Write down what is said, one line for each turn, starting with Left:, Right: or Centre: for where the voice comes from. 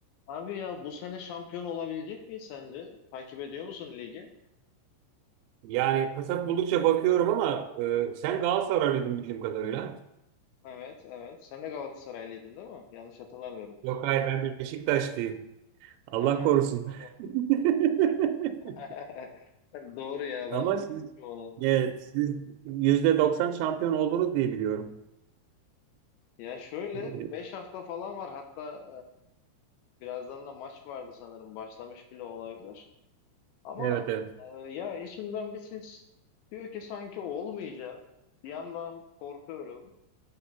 Left: Abi ya bu sene şampiyon olabilecek miyiz sence? Takip ediyor musun ligi?
Right: Yani fırsat buldukça bakıyorum ama e, sen Galatasaraylıydın bildiğim kadarıyla.
Left: Evet, evet. Sen de Galatasaraylıydın değil mi? Yanlış hatırlamıyorum.
Right: Yok hayır ben Beşiktaşlıyım. Allah
Left: Ha,
Right: korusun.
Left: doğru.
Right: <laughs>
Left: <laughs> Doğru ya
Right: Ama
Left: ben unutmuşum
Right: siz
Left: onu.
Right: e, siz %90 şampiyon oldunuz diye biliyorum.
Left: Ya şöyle
Right: E,
Left: 5 hafta falan var hatta e, birazdan da maç vardı sanırım başlamış bile olabilir. Ama
Right: evet evet.
Left: e, ya içimden bir ses diyor ki sanki olmayacak. Bir yandan korkuyorum.